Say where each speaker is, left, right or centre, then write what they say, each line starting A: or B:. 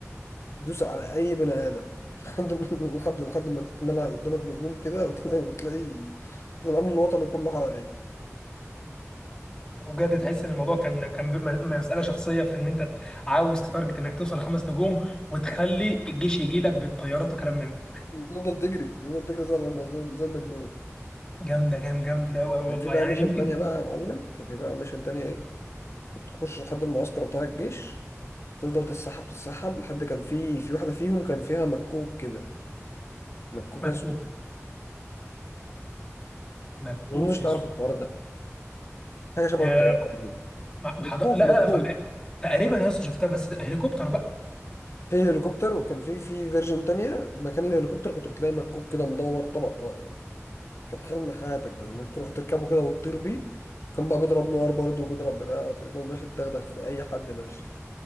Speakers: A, on the left; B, on the left.
A: تدوس على أي بني آدم <laughs> لحد لحد لحد ما تتملى قدامك نجوم كده وتلاقي تلاقي الأمن الوطني كله حواليك
B: وبجد تحس ان الموضوع كان كان ب- م- مساله شخصيه في ان انت ت- عاوز تتارجت انك توصل خمس نجوم وتخلي الجيش يجي لك بالطيارات وكلام من ده
A: وتفضل تجري تفضل تجري زي الم- زي زي المجنون
B: جامده جامده جامده قوي
A: كان
B: والله
A: في بقى
B: يعني
A: ميشن
B: دي يمكن
A: تانية بقى يا معلم كان في بقى ميشن تانية إيه كنت تخش لحد المعسكر بتاع الجيش تفضل تتسحب تتسحب لحد كان في في واحدة فيهم كان فيها مكوك كده مكوك
B: مكوك
A: أسود
B: مكوك
A: ما أظنش تعرف
B: يا سو
A: الحوار ده حاجه شبه
B: لا لا
A: الطياره
B: لا
A: كده
B: ما-
A: مكوك
B: ما حض- لا-
A: مكوك
B: لا، ف- تقريبا يا اسطى شفتها بس ده هليكوبتر بقى
A: في هليكوبتر وكان في في فيرجن تانية مكان الهليكوبتر كنت بتلاقي مكوك كده مدور طبق طائر كان حلم حياتك ده ان انت تروح تركبه كده وتطير بيه كان بقى بيضرب نار برضه وبيضرب بتاع وتفضل ماشي تدغدغ في اي حد ماشي